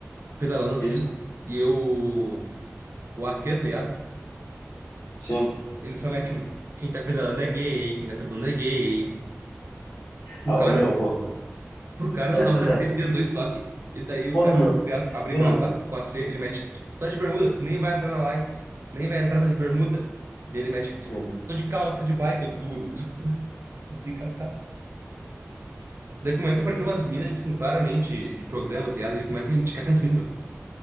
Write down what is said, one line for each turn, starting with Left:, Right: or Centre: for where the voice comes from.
Right: pedalando assim.
Left: Que Isso, cara.
Right: E eu. O AC, tá ligado?
Left: Sim.
Right: Ele só mete um. Quem tá pedalando é gay, quem tá pedalando é gay. Pro
Left: Ah,
Right: cara,
Left: ô, meu, pô,
Right: pro cara
Left: essas
Right: nos dá um cacete,
Left: aí.
Right: ele deu dois toques. E daí o
Left: Porra,
Right: cara
Left: meu,
Right: começa
Left: é
Right: a brigar
Left: pena,
Right: com a com o AC, ele mete. Tu tá de bermuda, tu nem vai entrar na Lights. Nem vai entrar, tá de bermuda. Daí ele mete.
Left: Meu.
Right: Tô de carro, tô de bike, eu duro. Brigar, cara. Daí começa a aparecer umas minas, tipo assim, claramente de programa, tá ligado? Ele começa a indicar com as minas, meu.